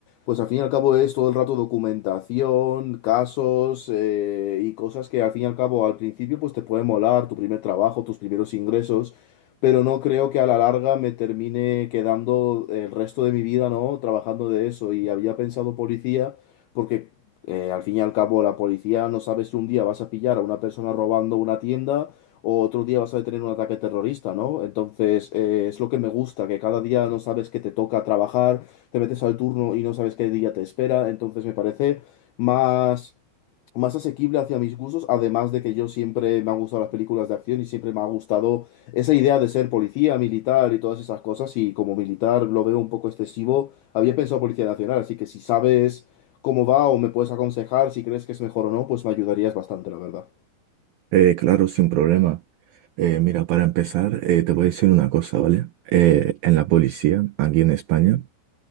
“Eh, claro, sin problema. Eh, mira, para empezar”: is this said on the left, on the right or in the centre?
Right